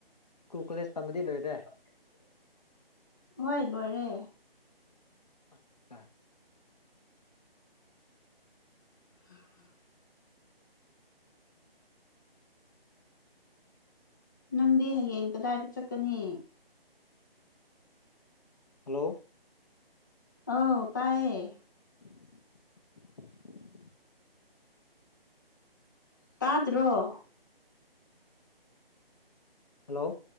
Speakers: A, on the left; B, on the left.
A: ꯀꯨꯀꯣꯂꯦꯖ ꯇꯝꯕꯗꯤ ꯂꯣꯏꯔꯦ
B: <unintelligible> ꯍꯣꯏ ꯂꯣꯏꯔꯦ
A: <unintelligible>
B: <inaudible> ꯅꯪꯗꯤ ꯍꯌꯦꯡ ꯀꯗꯥꯏꯗ ꯆꯠꯀꯅꯤ
A: ꯍꯜꯂꯣ
B: ꯑꯧ ꯇꯥꯏꯌꯦ
A: <unintelligible>
B: ꯇꯥꯗ꯭ꯔꯣ
A: ꯍꯜꯂꯣ